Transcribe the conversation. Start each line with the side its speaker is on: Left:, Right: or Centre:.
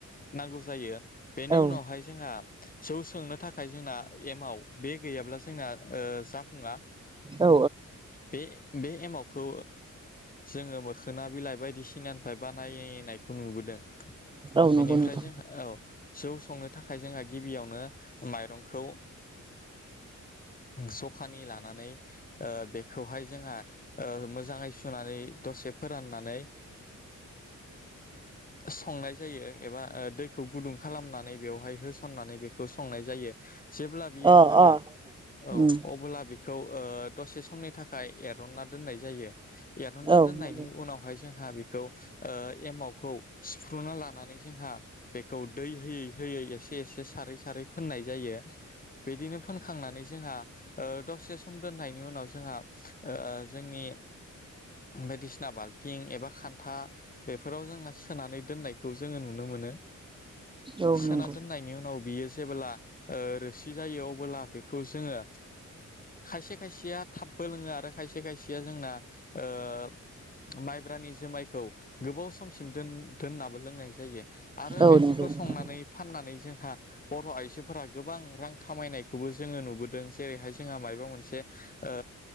Left: नांगौ जायो बेनि
Right: औ
Left: उनावहाय। जोंहा जौ सोंनो थाखाय जोंना एमाव बे गैयाब्ला ओ जोंना जाफुङा।
Right: औ
Left: बे बे एमावखौ जोङो मोखोना बिलाइ बायदिसिना। मफ्राय बानायनायखौ नुबोदों
Right: औ नंगौ
Left: बेनिफ्राय
Right: नोंथां
Left: जों औ। जौ संनो थाखाय जोंहा गिबियावनो माइरंखौ। जखानि लानानै। बेखौहाय जोंहा ओ मोजांङै। सुनानै दसे फोराननानै संनाय जायो। एबा दैखौ गुदुं खालामनानै बेवहाय होसननानै बेखौ संनाय जायो। जायो जेब्ला बियो
Right: अ
Left: मोनो
Right: अ
Left: औ
Right: उम
Left: अब्ला बे। खौ दसे समनि थाखाय एरनना दोननाय जायो। एरनना
Right: औ
Left: दोननायनि
Right: नंगौ
Left: उनावहाय जोंहा बेखौ एमाव। सिफ्रुना लानानै जोंहा बेखौ दै होयै होयै एसे एसे सारै सारै। फोननाय जायो बिदिनो फोनखांनानै जोंहा। दसे सम दोननायनि उनाव जोंहा जोंनि। बायदिसिना बाल्थिं एबा खान्था। बेफोराव जोंना सोनानै दोननायखौ जोङो नुनो मोनो।
Right: औ
Left: सोना
Right: नंगौ
Left: दोननायनि उनाव बियो जेबोब्ला रोसि जायो अब्ला। बेखौ जोङो खायसे खायसेया थाबबो लोङो आरो खायसे खायसेया जोंना। ओ माइब्रानि जुमायखौ। गोबाव समसिम दोननाबो लोंनाय आरो
Right: औ
Left: बेफोरखौ
Right: नंगौ नोंथां
Left: संनानै। फाननानै जोंहा। बर' आइजोफोरा गोबां रां खामायनायखौबो जोङो नुबोदों जेरैहाय जोंहा मायबा मोनसे। ओ